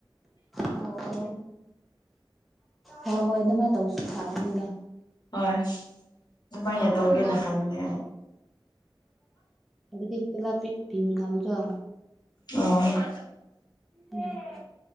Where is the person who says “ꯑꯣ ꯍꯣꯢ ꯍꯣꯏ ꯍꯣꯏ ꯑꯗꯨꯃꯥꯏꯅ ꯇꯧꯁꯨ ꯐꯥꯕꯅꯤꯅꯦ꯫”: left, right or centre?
Centre